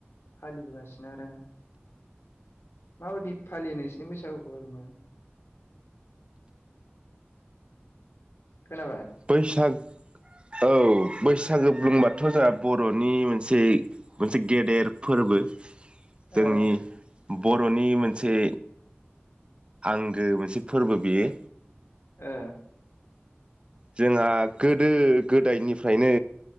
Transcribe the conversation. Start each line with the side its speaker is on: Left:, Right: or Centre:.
Left: फालिबोगासिनो आरो माबायदि फालि नोंसिनो बैसागुखौ ओरैनो। खोनाबाय।
Right: बैसाग औ बैसागो बुंबाथ' जोंहा बर'नि मोनसे मोनसे गेदेर फोरबो। जोंनि
Left: ओ
Right: बर'नि मोनसे आंगो मोनसे फोरबो बियो।
Left: ओ
Right: जोंहा गोदो गोदायनिफ्रायनो